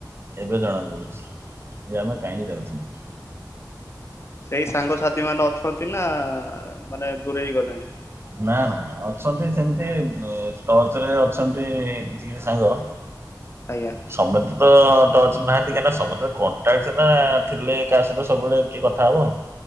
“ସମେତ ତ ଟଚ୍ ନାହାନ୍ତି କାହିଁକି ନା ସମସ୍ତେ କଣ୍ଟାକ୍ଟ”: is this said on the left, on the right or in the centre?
Right